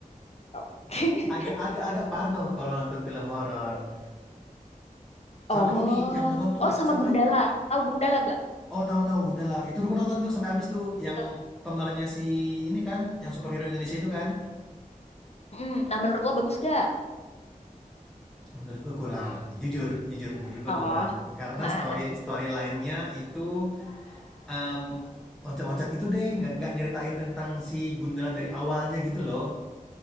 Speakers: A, on the left; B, in the centre.
A: Tahu. <laughs>
B: Agak-agak-agak parno kalau nonton film horor. Sama
A: Oh,
B: ini yang nonton tuh
A: oh sama
B: siapa?
A: Gundala. Tahu Gundala gak?
B: Oh tahu-tahu Gundala. Itu gua nonton tuh sampai habis tuh
A: Gitu.
B: yang pemerannya si ini kan, yang superhero Indonesia itu kan.
A: Mm, Nah, menurut lo bagus gak?
B: Menurut gua kurang, jujur, jujur menurut gua
A: Oh, ah,
B: kurang. Karena
A: ah,
B: story
A: ah.
B: story lainnya itu em, loncat-loncat gitu deh, nggak nggak nyeritain tentang si Gundala dari awalnya gitu loh.